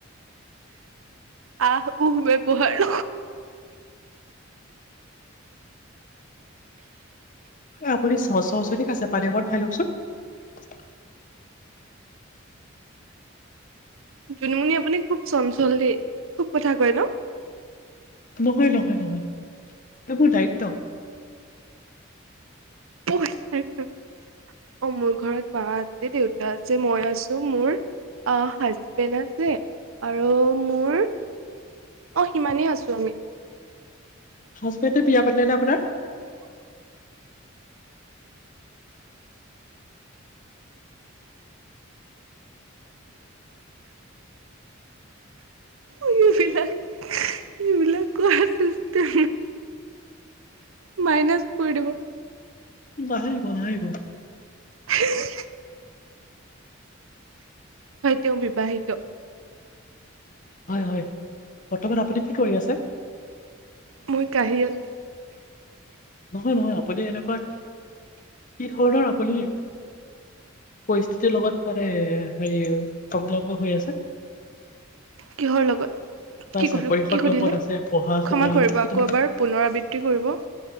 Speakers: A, on the right; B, on the left.
A: আহ ওহ মে পহৰ
B: আপুনি চ চশ ঠিক আছে পাৰিবাৰ খাই লওঁকচোন।
A: জুনুমুনি আপুনি খুব চঞ্চল দেই খুব কথা কয় ন'।
B: নহয়, নহয়, নহয় ত' মোৰ দায়িত্ব।
A: পইচ অ মোৰ ঘৰত মা আছে দেউতা আছে মই আছো মোৰ আহ হাজবেণ্ড আছে আৰু মোৰ অ সিমানেই আছো আমি
B: সচ পেতে পিয়া আপোনৰ
A: এইবিলাক এইবিলাক ক চ মাইনাছ কৰি দিব
B: নাহিব নাহিব।
A: হয়। হয় তেওঁ বিবাহিত
B: হয় হয় বৰ্তমান আপুনি কি কৰি আ
A: মই কাহিয়ত
B: নহয় নহয় আপুনি এনেকুৱা কি ধৰণৰ আপুনি পৰিস্থিতিৰ লগত মানে হেৰি সংলগ্ন হৈ আছে
A: কিহৰ লগত?
B: বা
A: কি
B: চাকৰি
A: কলো কি
B: সন্দৰ্ভত
A: সুধিলে
B: আছে পঢ়া
A: ক্ষমা
B: শুনা
A: কৰিব
B: কি
A: আকৌ
B: ধৰণৰ
A: এবাৰ পুনৰাবৃত্তি কৰিব